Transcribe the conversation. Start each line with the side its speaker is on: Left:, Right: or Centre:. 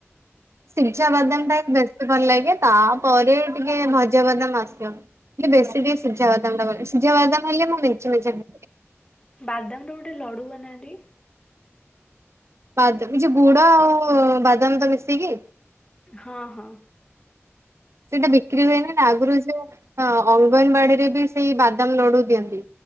Right: ସିଝା ବାଦାମ୍ ଟା ବେଶୀ ଭଲ ଲାଗେ ତାପରେ ଟିକେ ଭଜାବାଦାମ୍ ଆସିବ। ହେ ବେଶୀ ଟିକେ ସିଝାବାଦମ୍ ଟା ବ ସିଝା ବାଦାମ୍ ହେଲେ ମୁଁ ମେଞ୍ଚେ ମେଞ୍ଚେ <inaudible>
Left: ବାଦାମ ର ଗୋଟେ ଲଡୁ ବନାନ୍ତି?
Right: ବାଦ- ଏ ଯ ଗୁଡ ଆଉ ବାଦାମ ତ ମିଶେଇକି।
Left: ହଁ ହଁ।
Right: ସେଇଟା ବିକ୍ରି ହୁଏନି ନା ଆଗରୁ ଯୋଉ ଅ ଅଙ୍ଗନବାଡିରେ ବି ସେଇ ବାଦାମ୍ ଲଡୁ ଦିଅନ୍ତି।